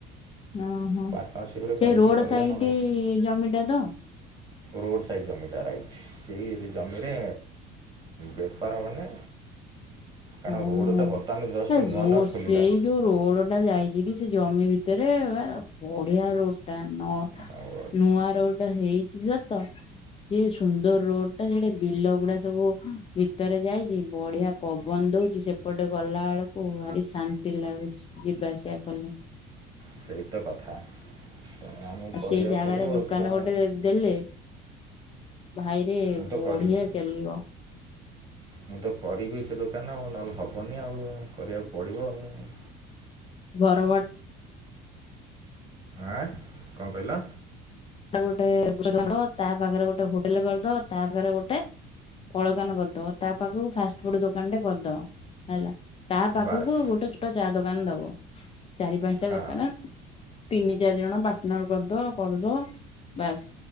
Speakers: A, on the left; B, on the right.
A: ଓ ହୋ
B: ପାର୍ଟନରସିପ୍ରେ
A: ସେ
B: କରିକି
A: ରୋଡ
B: କରିବା
A: ସାଇଡି
B: ନହେଲେ
A: ଜମିଟା ତ।
B: ରୋଡ଼ ସାଇଡ଼୍ ଜମିଟା ରାଇଟ୍ ସେଇ ଜମିରେ ବେପାର ମାନେ କାରଣ
A: ହୁଁ।
B: ରୋଡ଼ଟା ବର୍ତ୍ତମାନେ ଜଷ୍ଟ୍ ନୂଆ
A: ରୋ
B: ନୂଆ
A: ସେଇ
B: ଖୋଲିଲା।
A: ଯୋଉ ରୋଡ ଟା ଯାଇଚି କି ସେ ଜମି ଭିତେରେ ବା ବଢିଆ ରୋଡ୍ ଟା ନ
B: ଆଉ
A: ନୂଆ ରୋଡ ହେଇଚି ସତ। ଏ ସୁନ୍ଦର୍ ରୋଡ୍ ଟା ସେଟି ବିଲ ଗୁଡା ସବୁ ଭିତରେ ଯାଇଚି ବଢିଆ ପ ବନ୍ ଦୋଉଚି ସେପଟେ ଗଲା ବେଳକୁ ଭାରି ଶାନ୍ତି ଲାଗୁଛି ଯିବା ଆସିବା କଲେ।
B: ସେଇ ତ କଥା ତେଣୁ ଆମକୁ
A: ଆଉ
B: କରିବାକୁ
A: ସେଇ ଜାଗାରେ
B: ପଡ଼ିବ।
A: ଦୋକାନ ଗୋଟେ ଦେଲେ ଭାଇରେ
B: ମୁଁ ତ
A: ବଢିଆ
B: କରିବି
A: ଚାଲିବ।
B: ମୁଁ ତ କରିବି ସେ ଦୋକାନ ଆଉ ନହେଲେ ହେବନି ଆଉ କରିବାକୁ ପଡ଼ିବ ଆଉ।
A: ଘର ବ
B: ଆଁ କଁ କହିଲ?
A: ଗୋଟେ ତା ପାଖେରେ ଗୋଟେ ହୋଟେଲ କରିଦବ ତା ପାଖେରେ ଗୋଟେ ପଳକାନ କରିଦ ତା ପାଖକୁ ଫାଷ୍ଟ୍ ଫୁଡ ଦୋକାନ ରେ କରିଦବ ହେଲା ତା ପାଖକୁ
B: ବାସ୍
A: ଗୋଟେ ଛୋ ଟ ଚା ଦୋକାନ୍ ଦବ ଚାରି ପାଞ୍ଚଟା
B: ହଁ
A: ଦୋକାନ ତିନି ଚାରି ଜଣ ପାଟନର କରିଦ କରିଦ। ବାସ୍